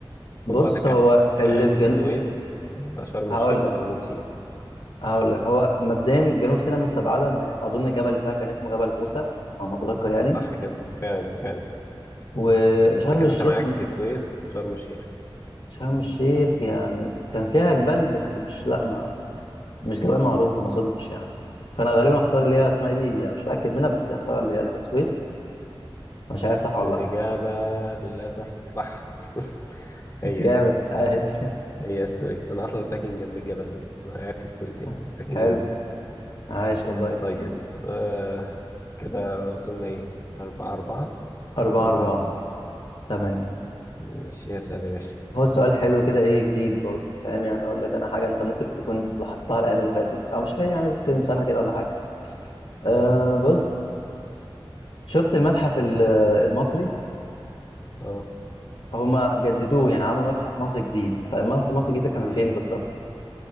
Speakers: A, on the left; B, on the left.
A: بص
B: خد وقتك
A: هو
B: عادي يعني
A: اللي في جنوب
B: السويس ولا شرم
A: هقول
B: الشيخ
A: لك
B: ولا جنوب سيناء
A: هقول لك هو مبدئيا جنوب سيناء مستبعده ان اظن الجبل اللي فيها كان اسمه جبل موسى او ما اتذكر يعني
B: صح كده فعلا فعلا
A: وشرم
B: يبقى كده
A: الشيخ
B: انت معاك
A: مم،
B: السويس وشرم الشيخ
A: شرم الشيخ يعني كان فيها جبال بس مش لا ما مش جبال معروفه ما اظنش يعني فانا غالبا اختار اللي هي اسمها إيه دي يعني مش متاكد منها بس اختار اللي هي السويس مش عارف صح ولا
B: الإجابة
A: لا
B: للأسف صح <laughs> هي
A: <laughs> جامد عايش
B: هي السويس أنا أصلا ساكن جنب الجبل ده أنا قاعد في السويس يعني
A: <laughs>
B: ساكن
A: حلو
B: جنبه
A: عايش والله جامد.
B: طيب آه كده وصلنا إيه أربعة أربعة
A: أربعة
B: أربعة
A: أربعة
B: أربعة
A: تمام
B: ماشي اسأل يا باشا
A: هو سؤال حلو كده إيه جديد برضه فاهم يعني أقول لك أنا حاجة أنت ممكن تكون لاحظتها الأيام اللي فاتت أو مش فاهم يعني ممكن من سنة كده ولا حاجة أه
B: أه
A: بص شفت المتحف ال- المصري
B: أه
A: هما جددوه يعني عملوا متحف مصري جديد فالمتحف المصري الجديد ده كان
B: مم.
A: فين بالظبط؟